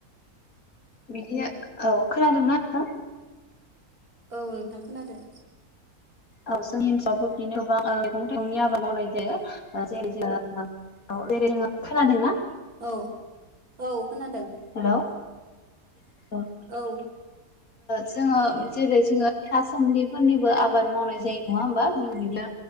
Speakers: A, on the left (about 70°); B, on the right (about 75°).
A: बिदि औ खोनादोंना नोंथां?
B: औ नोंथां खोनादो
A: औ जों <unintelligible> बिदिनो मैगं थाइगंनि आबाद मावनाय <unintelligible> जैरै जोङो खोनादों ना?
B: औ औ खोनादों
A: हेलौ औ
B: औ
A: जोङो जेरै जोङो थासोमलिफोरनिबो आबाद मावनाय जायो नङा होमबा नोंनो